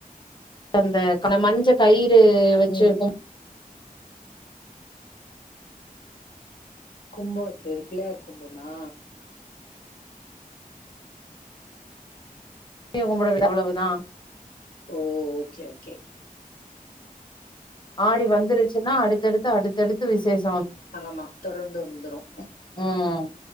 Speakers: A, on the left; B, on the left.
A: அந்த அந்த மஞ்ச கயிற் ரு வச்சு
B: ம்
A: கும்
B: கும்பம் வைக்க பிள்ளையார் கும்பமா
A: மிய கும்படுறது அவ்வளவுதான்
B: ஓ ஓகே ஓகே
A: ஆடி வந்துருச்சுன்னா அடுத் அடுத்து அடுத்தடுத்து விசேஷம்
B: ஆமா தொடர்ந்து வந்துரும்
A: ம்